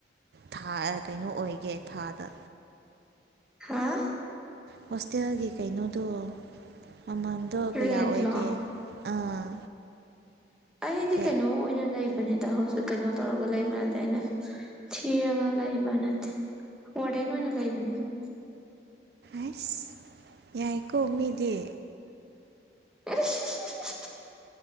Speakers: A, on the right; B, in the centre.
A: ꯊꯥ ꯀꯩꯅꯣ ꯑꯣꯏꯒꯦ ꯊꯥꯗ
B: ꯍꯥꯥ
A: ꯍꯣꯁꯇꯦꯜꯒꯤ ꯀꯩꯅꯣꯗꯣ ꯑꯃꯝꯗꯣ ꯀꯌꯥ
B: ꯔꯦꯟꯠꯂꯣ
A: ꯑꯣꯏꯒꯦ ꯑꯥ
B: ꯑꯩꯗꯤ
A: ꯀꯦ
B: ꯀꯩꯅꯣꯅ ꯂꯩꯕ ꯅꯤꯗ ꯍꯧꯖꯤꯛ ꯀꯩꯅꯣ ꯇꯧꯔꯒ ꯂꯩꯕ ꯅꯠꯇꯦ ꯑꯩꯅ ꯊꯤꯔꯒ ꯂꯩꯕ ꯅꯠꯇꯦ ꯋꯥꯔꯗꯦꯟ ꯑꯣꯏꯅ ꯂꯩꯥꯏꯕꯅꯤ ꯁꯨꯝ
A: ꯑꯁ ꯌꯥꯏꯀꯣ ꯃꯤꯗꯤ
B: <unintelligible>